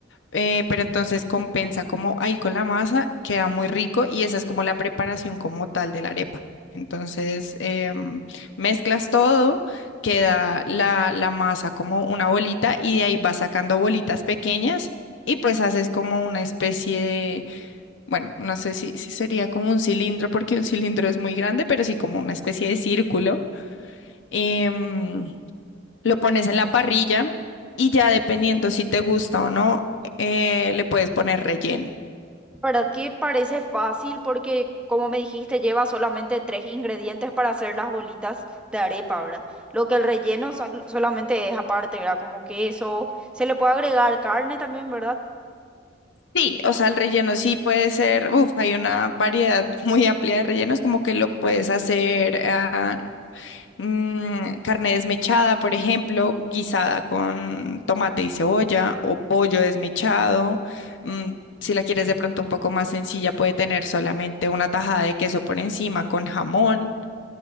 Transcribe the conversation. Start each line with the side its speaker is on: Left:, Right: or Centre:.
Left: eh, pero entonces compensa como ahí con la masa, queda muy rico y esa es como la preparación como tal de la arepa. Entonces em, mezclas todo, queda la, la masa como una bolita y de ahí vas sacando bolitas pequeñas y pues haces como una especie de, bueno, no sé si, si sería como un cilindro porque un cilindro es muy grande, pero sí como una especie de círculo. Em, lo pones en la parrilla y ya dependiendo si te gusta o no, eh, le puedes poner relleno.
Centre: ¿Verdad que parece fácil? Porque, como me dijiste, lleva solamente tres ingredientes para hacer las bolitas de arepa, ¿verdad? Lo que el relleno sol- solamente es aparte, ¿verdad? Como queso. Se le puede agregar carne también, ¿verdad?
Left: Sí, o sea, el relleno sí puede ser, uf, hay una variedad <laughs> muy amplia de rellenos, como que lo puedes hacer ah, mm, carne desmechada, por ejemplo, guisada con tomate y cebolla o pollo desmechado. mm, si la quieres de pronto un poco más sencilla, puede tener solamente una tajada de queso por encima con jamón.